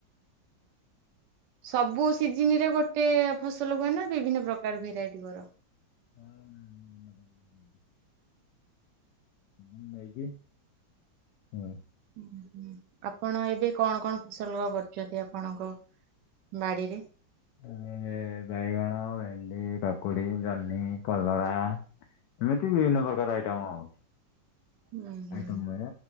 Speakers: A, on the right; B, on the left.
A: ସବୁ ସିଜିନିରେ ଗୋଟେ ଫସଲ ହୁଏ ନା ବିଭିନ୍ନ ପ୍ରକାର ଭେରାଇଟି କର?
B: <unintelligible> ହଁ ନେଇକି ହଁ।
A: ହଁ ହୁଁ। ଆପଣ ଏବେ କଣ କଣ ଫସଲ କରୁଛନ୍ତି ଆପଣଙ୍କ ବାଡ଼ିରେ?
B: ବାଡ଼ିରେ ବାଇଗଣ, ଭେଣ୍ଡି, କାକୁଡି, ଜହ୍ନି, କଲରା ଏମିତି ବିଭିନ୍ନ ପ୍ରକାର ଆଇଟମ <unintelligible>
A: ହୁଁ ହୁଁ
B: ଆଇଟମ ହୁଏ